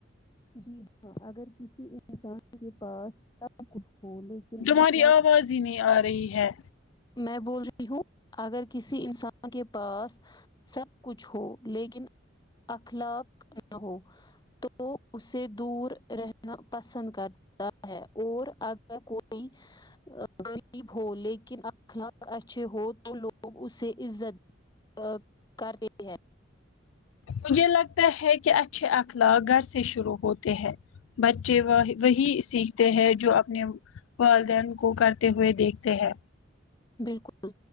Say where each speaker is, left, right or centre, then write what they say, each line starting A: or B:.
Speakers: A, on the left; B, on the left.
A: جی ہاں اگر کسی انسان کے پاس سب کچھ ہو لیکن
B: تمہاری
A: اخلاق
B: آواز ہی نہیں آ رہی ہے
A: میں بول رہی ہوں اگر کسی انسان کے پاس سب کچھ ہو لیکن اخلاق نہ ہو تو اسے دور رہنا پسند کرتا ہے اور اگر کوئی غریب ہو لیکن اخلاق اچھے ہو تو لوگ اسے عزت ا کر دیتی ہے
B: مجھے لگتا ہے کہ اچھے اخلاق گھر سے شروع ہوتے ہیں بچے وہ وہی سیکھتے ہیں جو اپنے والدین کو کرتے ہوئے دیکھتے ہیں
A: بالکل